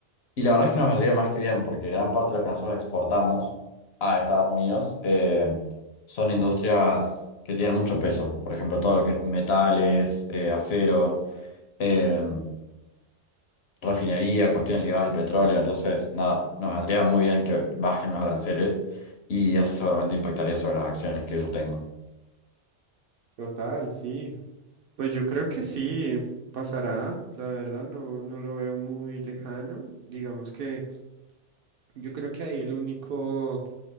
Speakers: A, on the left; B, on the right.
A: Y la verdad es que nos vendría más que bien, porque gran parte de lo que nosotros exportamos a Estados Unidos eh, son industrias que tienen mucho peso. Por ejemplo, todo lo que es metales, eh, acero, eh, refinería, cuestiones ligadas al petróleo. Entonces, nada, nos vendría muy bien que bajen los aranceles y eso seguramente impactaría sobre las acciones que yo tengo.
B: Total, sí. Pues yo creo que sí pasará, la verdad no, no lo veo muy lejano. Digamos que yo creo que ahí el único